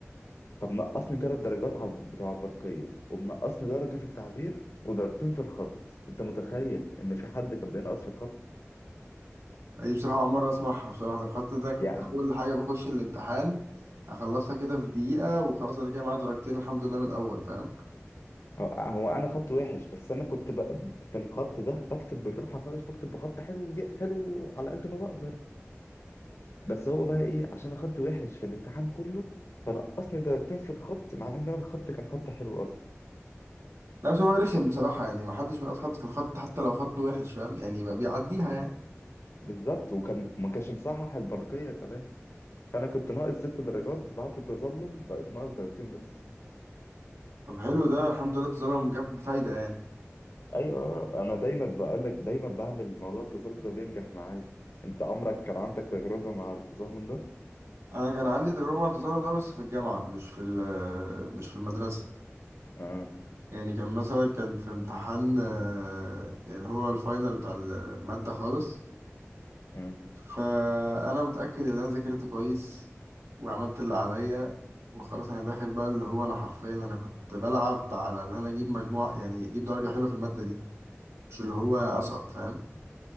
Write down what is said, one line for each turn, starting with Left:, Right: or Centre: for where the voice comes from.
Left: فمنقصني ثلاث درجات على بتوع البرقية ومنقصني درجة في التعبير ودرجتين في الخط انت متخيل ان في حد كان بينقص في الخط
Right: يعني دي بصراحة أول مرة أسمعها بصراحة ده الخط ده كنت
Left: يعني
Right: أول حاجة بخش الامتحان أخلصها كده في دقيقة وخلاص أنا كده معايا درجتين الحمد لله من الأول فاهم
Left: هو هو انا خط وحش بس انا كنت بق... في الخط ده بكتب بالراحة خالص بكتب بخط حلو ج- حلو على قد ما بقدر بس هو بقى ايه عشان انا خط وحش في الامتحان كله فنقصني درجتين في الخط مع ان انا الخط كان خط حلو اصلا
Right: لا بس هو رخم بصراحة يعني محدش بينقص حد في الخط حتى لو خط وحش فاهم يعني ما بيعديها يعني
Left: بالظبط وكان ما كانش مصحح البرقية كمان فانا كنت ناقص ست درجات بعد التظلم بقت ناقص درجتين بس
Right: طب حلو ده الحمد لله التظلم جاب فايدة يعني
Left: ايوه انا دايما بقول لك دايما بعمل موضوع التظلم ده بينجح معايا انت عمرك كان عندك تجربة مع التظلم ده
Right: أنا كان عندي تجربة مع التظلم ده بس في الجامعة مش في ال- آه، مش في المدرسة
Left: اه
Right: يعني كان مثلا كان في امتحان آه، اللي هو الفاينل بتاع المادة خالص
Left: اه
Right: فأنا متأكد إن أنا ذاكرت كويس وعملت اللي عليا وخلاص أنا داخل بقى اللي هو أنا حرفيا أنا كنت بلعب على إن أنا أجيب مجموع يعني أجيب درجة حلوة في المادة دي مش اللي هو أسقط فاهم